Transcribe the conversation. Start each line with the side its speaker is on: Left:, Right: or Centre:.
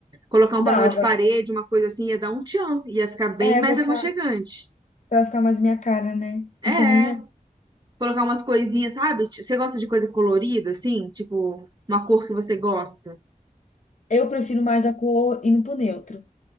Right: Colocar
Left: dava,
Right: um papel de parede, uma coisa assim, ia dar um tchan. Ia ficar bem
Left: é,
Right: mais
Left: pra ficar,
Right: aconchegante.
Left: pra ficar mais minha cara, né?
Right: É,
Left: Eu também
Right: colocar umas coisinhas, sabe? Você gosta de coisa colorida, assim? Tipo, uma cor que você gosta.
Left: Eu prefiro mais a cor indo pro neutro